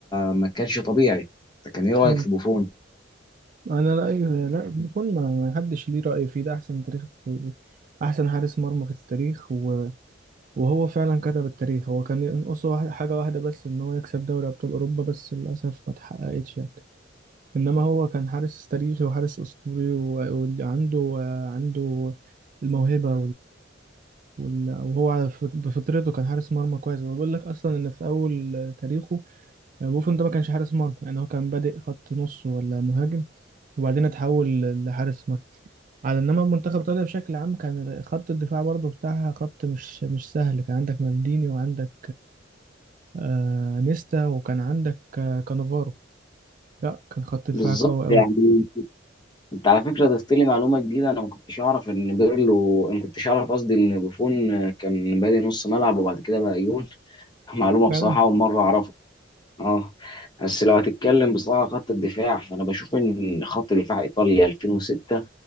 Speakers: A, on the left; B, on the right.
A: ما كانش طبيعي فكان ايه رايك
B: مم.
A: في بوفون
B: أنا لا أيوه لا بكون ما ما حدش ليه رأي فيه ده أحسن تاريخ في أحسن حارس مرمى في التاريخ و... وهو فعلا كتب التاريخ هو كان ينقصه واحد- حاجة واحدة بس إن هو يكسب دوري أبطال أوروبا بس للأسف ما اتحققتش يعني إنما هو كان حارس تاريخي وحارس أسطوري و- وعنده عنده عنده الموهبة وال- وهو على فط- بفطرته كان حارس مرمى كويس هو بيقول لك اصلا ان في اول تاريخه آه، بوفون ده ما كانش حارس مرمى يعني هو كان بادئ خط نص ولا مهاجم وبعدين اتحول لحارس مرمى على انما منتخب ايطاليا بشكل عام كان خط الدفاع برضه بتاعها خط مش مش سهل كان عندك مالديني وعندك آه نيستا وكان عندك آه كانافارو لا كان خط دفاع
A: بالظبط
B: قوي قوي
A: يعني انت على فكره ضفت لي معلومه جديده انا ما كنتش اعرف ان بيرلو انا ما كنتش اعرف قصدي ان بوفون كان بادئ نص ملعب وبعد كده بقى يقول <laughs> معلومه
B: فعلا
A: بصراحه اول مره اعرفها اه بس لو هتتكلم بصراحه خط الدفاع فانا بشوف ان خط دفاع ايطاليا 2006